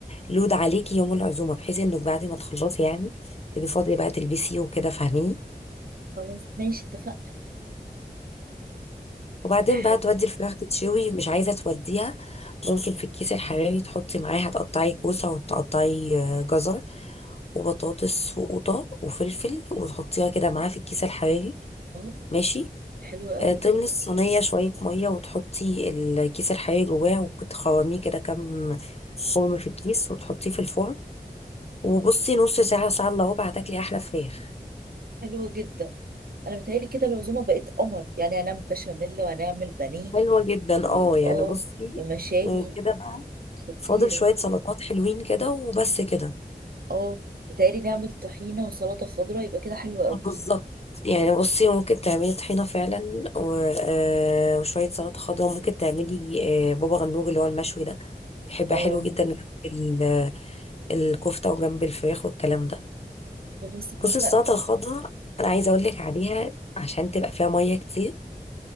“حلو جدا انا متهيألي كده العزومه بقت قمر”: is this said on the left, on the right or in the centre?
Right